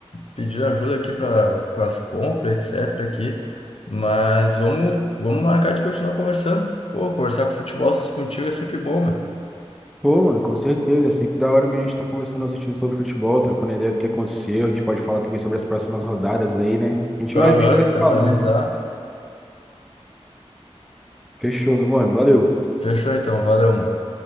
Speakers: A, on the left (about 60°); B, in the centre.
A: pedindo ajuda aqui pra, com as compras, etc, aqui. Mas vamos, vamos marcar de continuar conversando. Pô, conversar com futebol contigo é sempre bom, meu.
B: Pô, mano, com certeza. É sempre da hora mesmo a gente tá conversando, assistindo sobre futebol, trocando ideia do que aconteceu. A gente pode falar também sobre as próximas rodadas aí, né? A gente
A: Aham,
B: vai vendo, e vai
A: se
B: se falando.
A: atualizar.
B: Fechou, meu mano. Valeu.
A: Fechou então, valeu, mano.